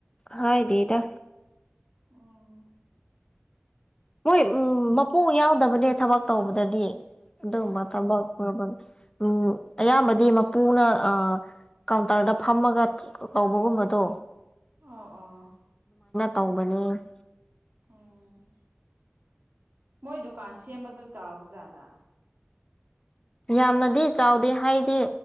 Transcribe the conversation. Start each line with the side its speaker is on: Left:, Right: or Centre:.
Left: ꯍꯥꯏꯗꯦꯗ
Right: ꯑꯣ
Left: ꯃꯣꯏ ꯎꯝ ꯃꯄꯨ ꯌꯥꯎꯗꯕꯅꯦ ꯊꯕꯛ ꯇꯧꯕꯗꯗꯤ ꯑꯗꯨꯒꯝꯕ
Right: ꯑꯣ
Left: ꯊꯕꯛ
Right: ꯑꯣ
Left: ꯇꯧꯕ ꯎꯝ ꯑꯌꯥꯝꯕꯗꯤ ꯃꯄꯨꯅ ꯑꯥ ꯀꯥꯎꯟꯇꯔꯗ ꯐꯝꯃꯒ ꯀꯧꯕꯒꯨꯝꯕꯗꯣ
Right: ꯑꯣ ꯑꯣ
Left: ꯇꯧꯕꯅꯤ
Right: ꯎꯝ ꯃꯣꯏ ꯗꯨꯀꯥꯟ ꯁꯦꯝꯕꯗꯨ ꯆꯥꯎꯕ ꯖꯥꯠꯂꯥ
Left: ꯌꯥꯝꯅꯗꯤ ꯆꯥꯎꯗꯦ ꯍꯥꯏꯗꯤ